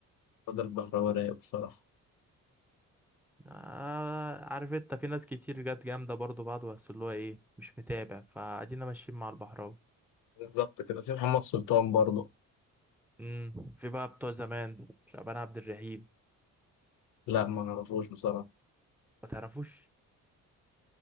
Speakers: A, on the left (about 65°); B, in the centre.
A: رضا البهراوي رايق بصراحة
B: آه عارف انت في ناس كتير جت جامده برضو بعض بس اللي هو ايه مش متابع فادينا ماشيين مع البحراوي
A: بالظبط كده في محمد سلطان برضه
B: امم في بقى بتوع زمان شعبان عبد الرحيم
A: لا ما اعرفوش بصراحة
B: ما تعرفوش